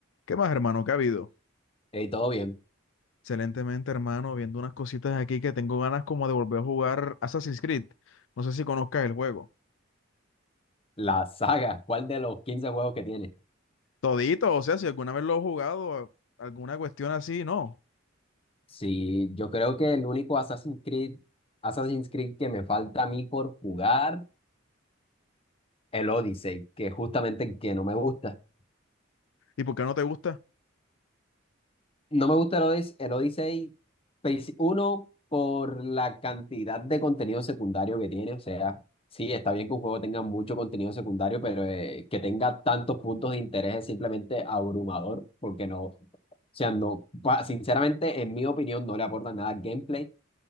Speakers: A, on the left (about 65°); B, on the left (about 30°).
A: ¿Qué más, hermano? ¿Qué ha habido?
B: Y todo bien.
A: Excelentemente, hermano, viendo unas cositas aquí que tengo ganas como de volver a jugar Assassin's Creed. No sé si conozcas el juego.
B: La saga, ¿cuál de los 15 juegos que tiene?
A: Todito, o sea, si alguna vez lo has jugado, alguna cuestión así, no.
B: Sí, yo creo que el único Assassin's Creed, Assassin's Creed que me falta a mí por jugar, el Odyssey, que es justamente el que no me gusta.
A: ¿Y por qué no te gusta?
B: No me gusta el Odis- el Odyssey, pues, uno, por la cantidad de contenido secundario que tiene. O sea, sí, está bien que un juego tenga mucho contenido secundario, pero eh, que tenga tantos puntos de interés es simplemente abrumador, porque no, o sea, no, pa- sinceramente, en mi opinión, no le aporta nada al gameplay.